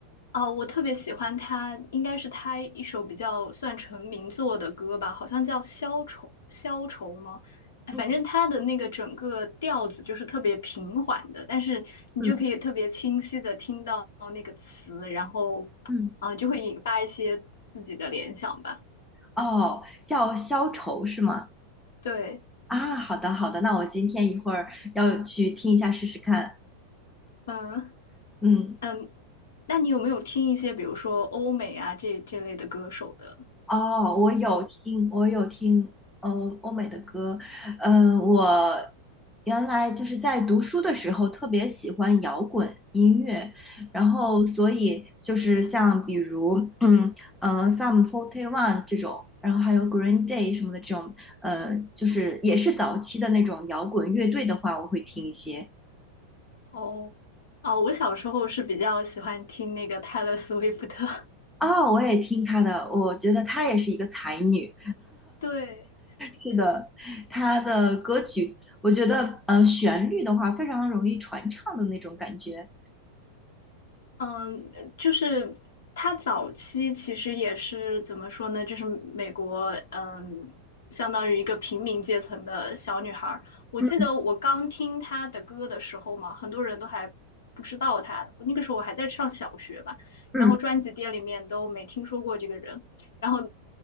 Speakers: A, on the left (about 60°); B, in the centre.
A: 哦，我特别喜欢他，应该是他一首比较算成名作的歌吧，好像叫《消愁》，消愁吗？哎反正他的那个整个调子就是特别平缓的，
B: 嗯
A: 但是你就可以特别清晰的听到那个词，
B: 嗯
A: 然后
B: 嗯，
A: 啊、就会引发一些自己的联想吧。
B: <laughs> 哦，叫消愁是吗？
A: 对，
B: 啊，好的好的，那我今天一会儿要去听一下试试看。
A: 嗯
B: 嗯。
A: 嗯，那你有没有听一些比如说欧美啊这这类的歌手的？
B: 哦，我有听，我有听，嗯，欧美的歌，嗯，我原来就是在读书的时候特别喜欢摇滚音乐，然后所以就是像比如，嗯嗯，Sum Forty One 这种，然后还有 Green Day 什么的这种，呃，就是也是早期的那种摇滚乐队的话，我会听一些。
A: 哦哦，我小时候是比较喜欢听那个泰勒·斯威夫特，
B: 哦，我也听她的，我觉得她也是一个才女。
A: <laughs> 对。
B: 是的，他的歌曲，我觉得呃旋律的话非常容易传唱的那种感觉。
A: 嗯，呃就是她早期其实也是怎么说呢？就是美国，嗯，相当于一个平民阶层的小女孩儿。我记得我刚听她的歌的时候嘛，
B: 嗯
A: 很多人都还不知道她。那个时候我还在上小学吧，
B: 嗯
A: 然后专辑店里面都没听说过这个人。然后，